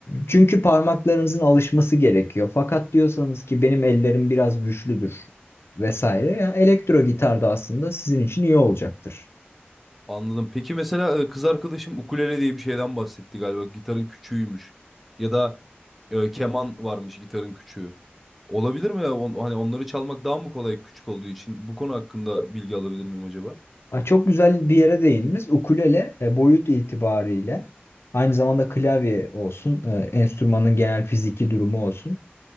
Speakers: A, on the left; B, in the centre.
A: Çünkü parmaklarınızın alışması gerekiyor. Fakat diyorsanız ki benim ellerim biraz güçlüdür vesaire. Yani elektro gitar da aslında sizin için iyi olacaktır.
B: Anladım. Peki mesela e, kız arkadaşım ukulele diye bir şeyden bahsetti galiba. Gitarın küçüğüymüş. Ya da e, keman varmış gitarın küçüğü. Olabilir mi ya? On- hani onları çalmak daha mı kolay küçük olduğu için? Bu konu hakkında bilgi alabilir miyim acaba?
A: Ha, Çok güzel bir yere değindiniz. Ukulele e, boyut itibariyle aynı zamanda klavye olsun, e, enstrümanın genel fiziki durumu olsun.